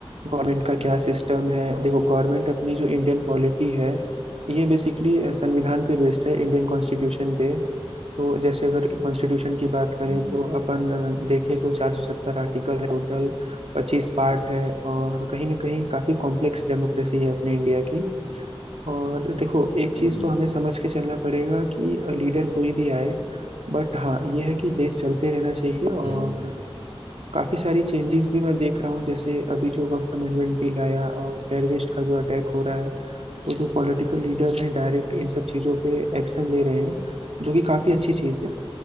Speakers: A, on the right; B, on the left.
A: गवर्नमेंट का क्या सिस्टम है देखो गवर्नमेंट अपनी जो इंडियन पॉलिटी है ये बेसिकली संविधान पे बेस्ड है इंडियन कॉन्स्टिट्यूशन पे तो जैसे अगर कॉन्स्टिट्यूशन की बात करें
B: हम्म
A: तो अपन अ, देखें तो चार सौ सत्तर आर्टिकल है टोटल पच्चीस पार्ट है और कहीं ना कहीं काफ़ी कॉम्प्लेक्स डेमोक्रेसी है अपने इंडिया की और देखो एक चीज़
B: हम्म
A: तो हमें समझ के चलना पड़ेगा कि लीडर कोई भी आए बट हाँ ये है कि देश चलते रहना चाहिए और
B: हम्म
A: काफ़ी सारी चेंजेस भी मैं देख रहा हूँ जैसे अभी जो वक्त अमेंडमेंट बिल आया और टेररिस्ट का जो अटैक हो रहा है तो जो पॉलिटिकल लीडर हैं डायरेक्ट इन सब चीज़ों पे एक्शन ले रहे हैं जो कि काफ़ी अच्छी चीज़ है